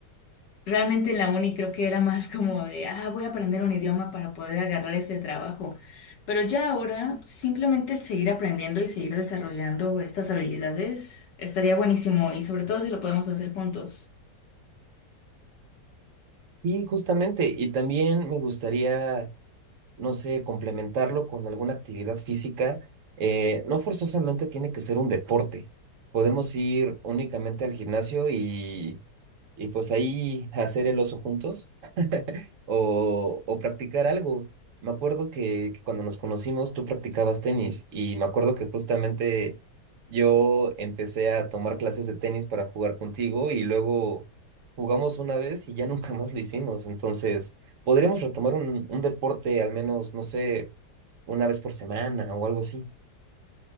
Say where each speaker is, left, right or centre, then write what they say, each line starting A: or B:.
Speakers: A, on the left; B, on the right.
A: Realmente en la uni creo que era más como de, ah, voy a aprender un idioma para poder agarrar este trabajo. Pero ya ahora, simplemente el seguir aprendiendo y seguir desarrollando estas habilidades estaría buenísimo y sobre todo si lo podemos hacer juntos.
B: Y justamente, y también me gustaría no sé, complementarlo con alguna actividad física, eh, no forzosamente tiene que ser un deporte. Podemos ir únicamente al gimnasio y, y pues ahí hacer el oso juntos <laughs> o, o practicar algo. Me acuerdo que, que cuando nos conocimos tú practicabas tenis y me acuerdo que justamente yo empecé a tomar clases de tenis para jugar contigo y luego jugamos una vez y ya nunca más lo hicimos. Entonces... Podríamos retomar un, un deporte al menos, no sé, una vez por semana o algo así.